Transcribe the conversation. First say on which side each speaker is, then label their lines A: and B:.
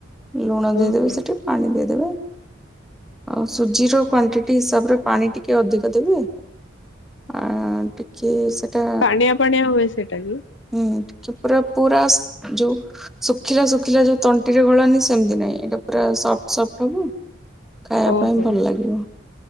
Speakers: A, in the centre; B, on the left.
A: ଲୁଣ ଦେଇଦେବେ
B: ଓହୋ
A: ସେଠି ପାଣି ଦେଇଦେବେ, ଆଉ ସୁଜିର କ୍ୱାଣ୍ଟିଟି ହିସାବରେ ପାଣି ଟିକିେ ଅଧିକ ଦେବେ। ଆ ଟିକେ ସେଟା,
B: ପାଣିଆ ପାଣିଆ ହୁଏ ସେଟା କି?
A: ହୁଁ ପୁରା ପୁରା ଯୋଉ ଶୁଖିଲା ଶୁଖିଲା ଯୋଉ ତଣ୍ଟିରେ ଗଳେନି ସେମିତି ନାହିଁ ଏଇଟା ପୁରା ସଫ୍ଟ ସଫ୍ଟ ହବ। ଖାଇବା
B: ଓହୋ।
A: ପାଇଁ ଭଲ ଲାଗିବ।